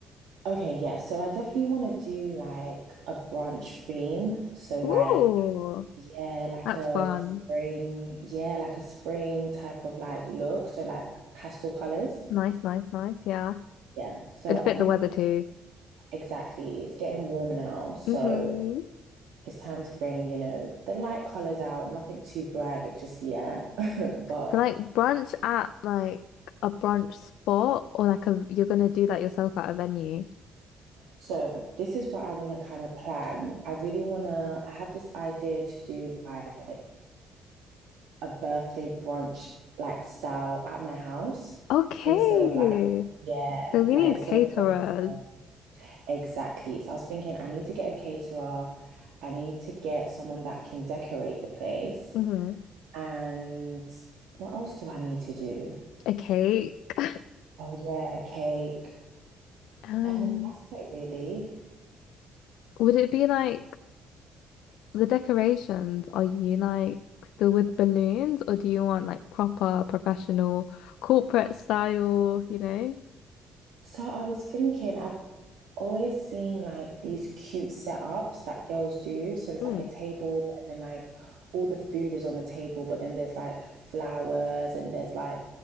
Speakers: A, on the right; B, on the left.
A: Okay, yeah. So I definitely want to do like a brunch theme. So like
B: Ooh,
A: Yeah, like
B: that's
A: a
B: fun.
A: spring, yeah, like a spring type of like look. So like pastel colors.
B: Nice, nice, nice. Yeah.
A: Yeah. So
B: It'd fit
A: I think
B: the weather too.
A: exactly, it's getting warmer now. So
B: hmm
A: it's time to bring, you know, the light colors out, nothing too bright just yet. <laughs> But
B: So like brunch at like a brunch spot or like a you're gonna do that yourself at a venue.
A: so this is what I want to kind of plan. I really want to, I have this idea to do like a birthday brunch like style at my house
B: Okay.
A: instead of like, yeah,
B: So we
A: like
B: need
A: instead
B: caterers.
A: of going to Exactly. So I was thinking, I need to get a caterer. I need to get someone that can decorate the place.
B: hmm
A: And what else do I need to do?
B: A cake. <laughs>
A: Oh, yeah, a cake.
B: Um,
A: And then that's it, really.
B: would it be like the decorations? Are you like still with balloons or do you want like proper professional corporate style, you know?
A: So I was thinking, I've always seen like these cute setups that girls do. So it's
B: Mm.
A: like a table, and then like all the food is on the table, but then there's like flowers and there's like